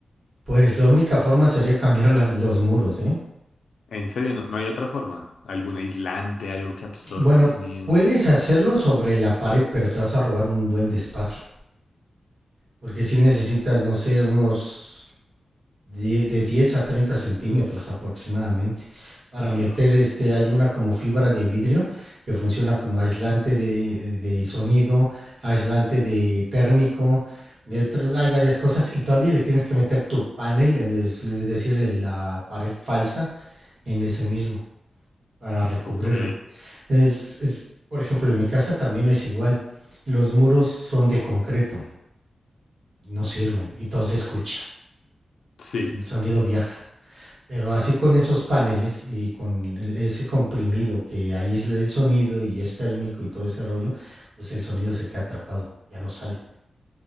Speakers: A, on the right; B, on the left.
A: Pues la única forma sería <laughs> cambiar las- los muros, ¿eh?
B: En serio, no, no hay otra forma. ¿Algún aislante, algo que absorba
A: Bueno,
B: el sonido?
A: puedes hacerlo sobre la pared, pero te vas a robar un buen despacio. Porque si necesitas, no sé, unos die- de 10 a 30 centímetros aproximadamente. Para
B: Dios.
A: meter este, hay una como fibra de vidrio que funciona como aislante de, de sonido, aislante de térmico. de otro- hay varias cosas y todavía le tienes que meter tu panel, es decir, la pared falsa en ese mismo para recubrirlo.
B: Ok.
A: Es, es, por ejemplo, en mi casa también es igual. Los muros son de concreto, no sirven y todo se escucha,
B: Sí.
A: el sonido viaja. Pero así con esos paneles y con el- ese comprimido que aísla el sonido y es térmico y todo ese rollo, pues el sonido se queda atrapado, ya no sale.